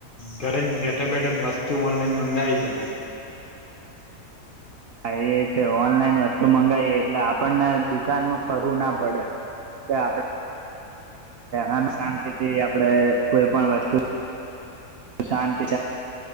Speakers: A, on the left; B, on the right.
A: ઘરે બેઠા બેઠા વસ્તુ ઓનલાઈન મંગાવી શકાય.
B: હા એ છે. ઓનલાઈન વસ્તુ મંગાવીએ એટલે આપણને દુકાનમાં ફરવું ના પડે. કે આપણે આન શાંતિ એ આપણેે કોઈ પણ વસ્તુ શાંતિ